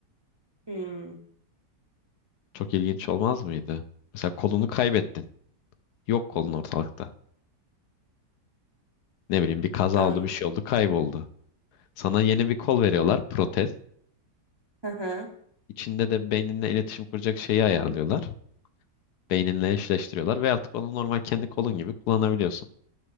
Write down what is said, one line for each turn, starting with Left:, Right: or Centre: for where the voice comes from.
Right: Hmm.
Left: Çok ilginç olmaz mıydı? Mesela kolunu kaybettin. Yok kolun ortalıkta. Ne bileyim bir kaza
Right: An.
Left: oldu, bir şey oldu, kayboldu. Sana yeni bir kol veriyorlar, protez.
Right: Hı hı.
Left: İçinde de beyninle iletişim kuracak şeyi ayarlıyorlar. Beyninle eşleştiriyorlar ve artık onu normal kendi kolun gibi kullanabiliyorsun.